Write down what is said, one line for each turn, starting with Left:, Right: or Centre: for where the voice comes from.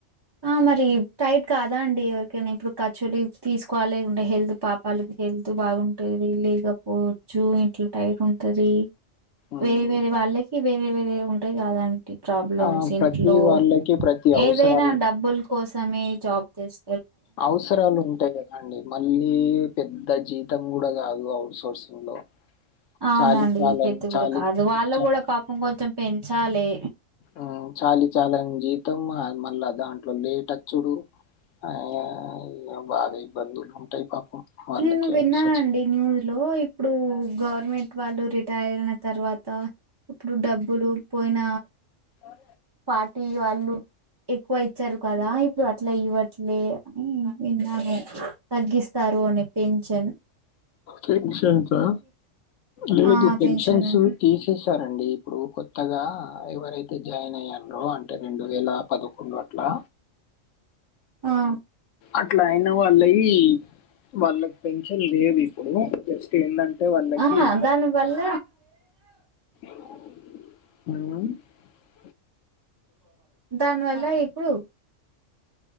Right: ఆ మరి టైట్ కాదా అండి ఓకేనా ఇప్పుడు కర్చులి తీసుకోవాలి ఉండే హెల్త్ పాపాలు హెల్త్ బాగుంటది లేకపోవచ్చు ఇంట్లో టైట్ ఉంటది.
Left: ఉమ్,
Right: వేరే వేరే వాళ్ళకి వేరే వేరే ఉంటయి కదాంటి. ప్రాబ్లమ్స్
Left: ఆ,
Right: ఇంట్లో
Left: ప్రతి వాళ్ళకి ప్రతి అవసరాలు
Right: ఏదైనా డబ్బుల్ కోసమే జాబ్ చేస్
Left: అవసరాలు ఉంటాయి కదా అండి మళ్ళీ పెద్ద జీతం కూడా కాదు ఔట్సోర్సింగ్ లో
Right: అవునండి
Left: చాలి చాలని
Right: పెద్ద
Left: చాలి
Right: కూడా కాదు వాళ్ళు
Left: చా-
Right: కూడా పాపం కొంచెం పెంచాలి.
Left: ఉమ్ చాలి చాలని జీవితం మళ్ళా దాంట్లో లేటచ్చుడు అయ్ బాగా ఇబ్బందులు ఉంటాయ్ పాపం. వాళ్ళకి
Right: నేను విన్నానండి
Left: అవసరం
Right: న్యూ లో ఇప్పుడు గవర్నమెంట్ వాళ్ళు రిటైర్ అయిన తర్వాత ఇప్పుడు డబ్బులు పోయిన
Left: అవు
Right: అట్టి వాళ్ళు ఎక్కువ ఇచ్చారు కదా ఇప్పుడు అట్లా ఇవ్వట్లే అని విన్నాను తగ్గిస్తారు అని పెంఛన్
Left: పెన్షన్సా లేదు
Right: ఆ
Left: పెన్షన్స్
Right: పెన్షన్ అండి
Left: తీసే సారండి ఇప్పుడు కొత్తగా ఎవరైతే జాయిన్ అయ్యిండ్రో అంటే రెండు వేల పదకొ కొండు అట్లా
Right: ఆ
Left: అట్ల అయిన వాళ్ళయి ఈ వాళ్ళక్ పెన్షన్ లేదు. ఇప్పుడు. జస్ట్ ఏందంటే వాళ్లకి
Right: ఆహా దాని వల్ల
Left: ఆ
Right: దానివల్ల ఇప్డు